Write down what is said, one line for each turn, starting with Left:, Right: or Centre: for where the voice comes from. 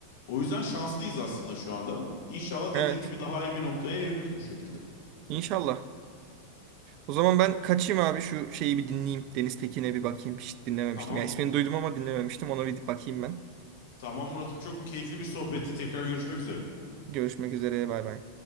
Left: O yüzden şanslıyız aslında şu anda. İnşallah
Right: Evet,
Left: dediğin gibi daha iyi bir noktaya evrilir bu şekilde.
Right: inşallah. O zaman ben kaçayım abi şu şeyi bir dinleyeyim. Deniz Tekin'e bir bakayım. Hiç dinlememiştim.
Left: Tamam.
Right: Ya ismini duydum ama dinlememiştim. Ona bir bakayım ben.
Left: Tamam Murat'ım çok keyifli bir sohbetti. Tekrar görüşmek üzere.
Right: Görüşmek üzere. Bay bay.